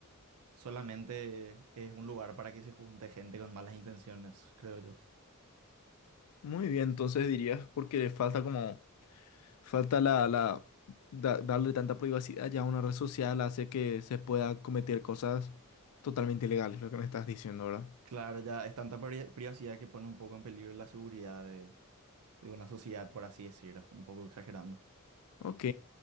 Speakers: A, on the right; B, on the left.
A: Solamente es un lugar para que se junte gente con malas intenciones, creo yo.
B: Muy bien, entonces dirías porque falta como, falta la, la, da- darle tanta privacidad ya a una red social hace que se pueda cometer cosas totalmente ilegales, lo que me estás diciendo, ¿verdad?
A: Claro, ya es tanta pri- privacidad que pone un poco en peligro la seguridad de, de una sociedad, por así decirlo, un poco exagerando.
B: Ok,